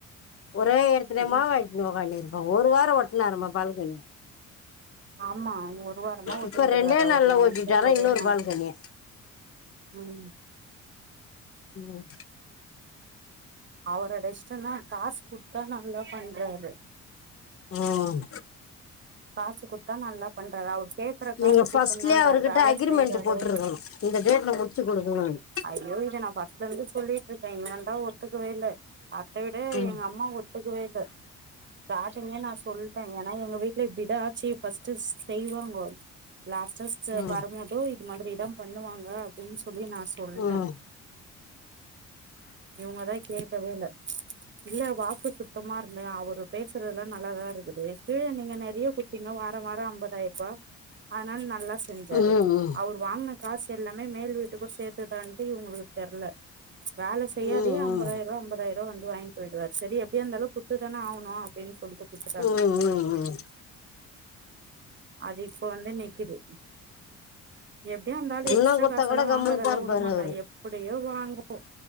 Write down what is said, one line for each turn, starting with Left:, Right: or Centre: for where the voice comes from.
Left: ஒரே எடத்துல
Right: ம்
Left: மாவாய்க்குனு
Right: ம்
Left: உக்கானிறு அப்ப ஒரு வாரம் ஒட்டுனாரு மா பால்கனியா
Right: ஆமா அவ ஒரு வாரமா ஓட்டின்ருக்காரு
Left: இப்ப ரெண்டே
Right: அவரு
Left: நாள்ல
Right: நன்ச்சா
Left: ஓட்டிட்டாரா
Right: ஒரே
Left: இன்னொரு
Right: நா
Left: பால்கனிய
Right: உம்
Left: ஓ
Right: அவரோட இஷ்டம்னா காசு குடுத்தா நல்லா பண்றாரு
Left: உம்
Right: காசு குடுத்தா நல்லா பண்றாரு அவர் கேக்குற
Left: நீங்க
Right: காசு
Left: ஃபர்ஸ்ட்லயே
Right: குத்துணும்ன்றாரு
Left: அவர்கிட்ட
Right: வேலை
Left: அக்ரிமெண்ட்
Right: செய்றாரு
Left: போட்ருக்கணு இந்த டேட்ல முடிச்சு குடுக்கணுன்னு
Right: ஐயோ இத நான் ஃபஸ்ட்ல இருந்து சொல்லிட்டு இருக்கேன் எங்காண்ட ஒத்துக்குகவேயில்ல அத்த விட
Left: ம்
Right: எங்க அம்மா ஒ த்துகவே இல்ல ஸ்டாரிங்ளே நான சொல்ட்டேன் ஏன்னா எங்க வீட் ல இப்டி தான் ஆச்சு ஃபஸ்ட்டு செய்வாங்கோ லாஸ்டா
Left: ம் ம்
Right: வருமோதோ இது மாதிரி பண்ணுவாங்க அப்டின்னு சொல்லி நான் சொல்ட்டேன்
Left: ம்
Right: இவங்கதான் கேட்கவே இல்ல இல்ல வார்த சுத்தமா இருந்தே அவரு பேசுறதுெல்லாம் நல்லாதா இருக்குது கீழ நீங்க ந ஏன் குத்தீங்க வாரம் வாரம் ஐம்பதாயிரம்ரூபா அதனால நல்லா செஞ்சாரு
Left: ம் ம்
Right: அவர் வாங்ன காசு எல்லாமே மேல் வீட்டுக்க சேர்த்துதான்ட்டு இவங்ளுக்கு தெர்ல வேல செய்யாதியே
Left: ம் ம்
Right: அம்பதாயிரூவா அம்பதாயிரூவா வந்து வாங்கி போயிடுவாரு சரி எப்டியு இருந்தாலும் குத்துதான ஆகணும் அப்டின்னு சொல்லிட்டு குடுத்துட்டாங்க
Left: ம் ம்
Right: அது இப்ப வந்து நிக்குது எ ஏ அந்த ஆளு
Left: உண்ண
Right: எக்ஸ்ட்ரா
Left: குடுத்தா
Right: காசெல்லாம்
Left: கூட கம்முன்னு
Right: வாங்காதெல்லா
Left: தான் இருப்பாரு
Right: உடமாட்டா
Left: அவரு
Right: எப்படியோ வாங்கும்